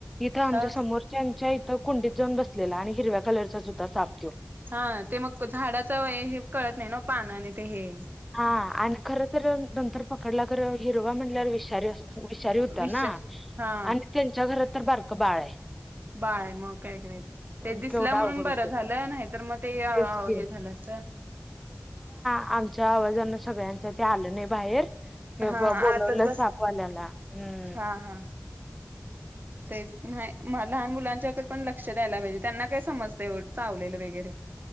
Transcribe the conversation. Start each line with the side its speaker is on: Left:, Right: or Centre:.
Centre: इथ आमच्या
Right: ह
Centre: समोरच्यांच्या इथ तो कुंडीत जाऊन बसलेला आणि हिरव्या कलरचाच होता साप तो.
Right: हा ते मग झाडाचा हे कळत नाही नव पानं आणि ते हे
Centre: हा आणि खर तर नंतर पकडला खर हिरवा म्हणल्यावर विषारी अस.. विषारी होता
Right: विष
Centre: ना,
Right: हा
Centre: आणि त्यांच्या घरात तर बारकं बाळ आहे.
Right: बाय मग काय करायचं
Centre: केवढं
Right: ते दिसलं म्हणून
Centre: अवघड
Right: बरं
Centre: होतय
Right: झालं नाही तर मग ते हे
Centre: तेच की
Right: झालं असत.
Centre: आम च्या आवाजान सगळ्यांच ते आलं नाही बाहेर
Right: हा
Centre: ब बोलवलं
Right: आताच बस
Centre: साप वाल्याला हम्म
Right: हा हा तेच नाही लहान मुलांच्याकड पण लक्ष द्यायला पाहिजे त्यांना काय समजतय चावलेलं वगैरे